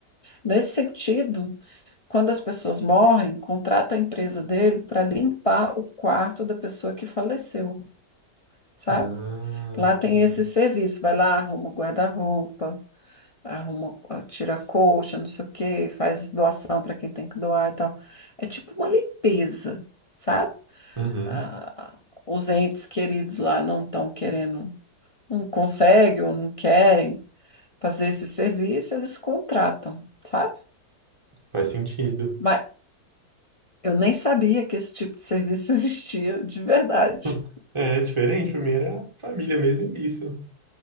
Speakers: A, on the left; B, on the right.
A: Nesse sentido, quando as pessoas morrem, contrata a empresa dele para limpar o quarto da pessoa que faleceu, sabe?
B: Ah,
A: Lá
B: entendi.
A: tem esse serviço, vai lá, arruma o guarda-roupa arruma, ah, tira a colcha, não sei o quê, faz doação para quem tem que doar e tal. É tipo uma limpeza, sabe?
B: Uhum.
A: Ah, os entes queridos lá não estão querendo, não conseguem ou não querem fazer esse serviço, eles contratam, sabe?
B: Faz sentido.
A: Mas eu nem sabia que esse tipo de serviço <laughs> existia, de verdade.
B: <laughs> É diferente. Pra mim era família mesmo e isso.